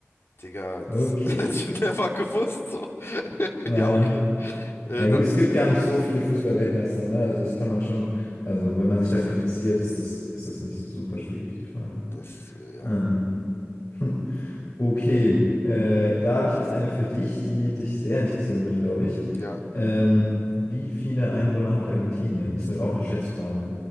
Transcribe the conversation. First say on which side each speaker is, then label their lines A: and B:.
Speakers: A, on the left; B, on the left.
A: Digga, das
B: Okay.
A: <laughs> hätte ich never gewusst so. <laughs>
B: Ja.
A: Ja, okay. Äh,
B: Ja
A: dann
B: gut, es gibt gar nicht so viele Fußball-Weltmeister, ne? Also das kann man schon, also wenn man sich dafür interessiert, ist das, ist das nicht so super schwierig, die Frage.
A: das, äh, ja.
B: Ähm, <laughs> okay, äh, da habe ich jetzt eine für dich, die dich sehr interessieren wird, glaube ich.
A: Ja.
B: Ähm, wie viele Einwohner hat Argentinien? Ist ne- auch eine Schätzfrage.